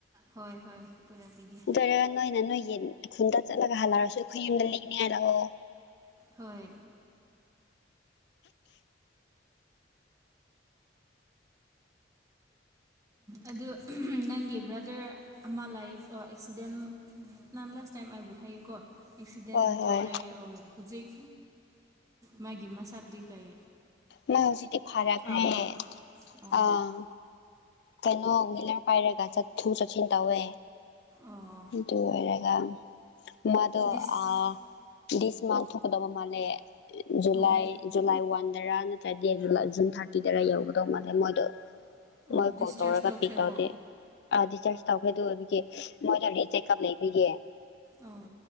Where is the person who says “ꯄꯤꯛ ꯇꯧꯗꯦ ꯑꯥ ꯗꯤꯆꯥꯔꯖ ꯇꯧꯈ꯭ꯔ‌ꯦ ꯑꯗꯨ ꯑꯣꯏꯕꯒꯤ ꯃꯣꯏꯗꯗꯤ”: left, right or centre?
Left